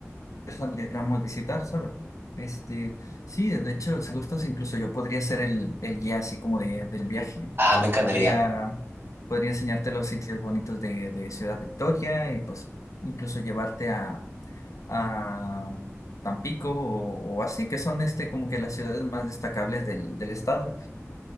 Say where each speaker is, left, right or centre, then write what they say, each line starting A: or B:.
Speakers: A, on the left; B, on the right.
A: saliéramos a visitar, ¿sabes? Este, sí, de hecho, si gustas, incluso yo podría ser el, el guía así como de, del viaje.
B: Ah, me encantaría.
A: Podría, podría enseñarte los sitios bonitos de, de Ciudad Victoria y pues incluso llevarte a, a Tampico o, o así, que son este como que las ciudades más destacables del, del estado.